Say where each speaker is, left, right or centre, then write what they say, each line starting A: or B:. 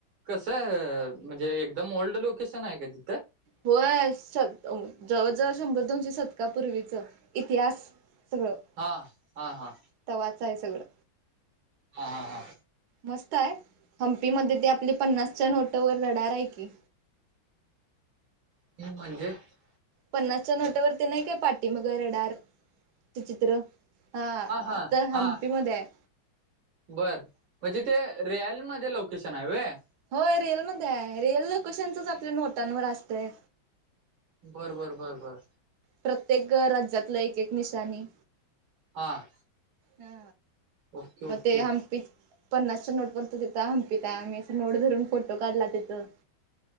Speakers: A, on the right; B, on the right.
A: कसं म्हणजे एकदम ओल्ड लोकेशन हाय का तिथं?
B: होय म्हणजेत जवळ, जवळ शंभर दोनशे शतकापूर्वीच इतिहास. सगळं-
A: हा हा हा! -
B: तवाच हाय सगळं.
A: हा हा हा-
B: मस्त हाय हंपी मध्ये ते आपली पन्नासच्या नोट वर रडार आहे की.
A: <inaudible>
B: पन्नासच्या नोटवरती नाय काय पाठी माग रडार? ते चित्र हा ते
A: हा
B: तिथं हम्पी
A: हा
B: मध्ये हाय.
A: बर म तिथे रियाल मध्ये लोकेशन हाय होय?
B: होय रीयलमध्ये हाय रियल लोकेशनचच आपल्या नोटांवरती असतय.
A: बरं बर बरं बर-
B: प्रत्येक राज्यातलं एक एक निशाणी.
A: हा-
B: हा
A: ओके
B: म
A: ओके
B: ते हम्पी- पन्नासच्या नोट वर त तिथ हम्पीत हाय आम्ही अस नोट धरून फोटो काढला तिथं.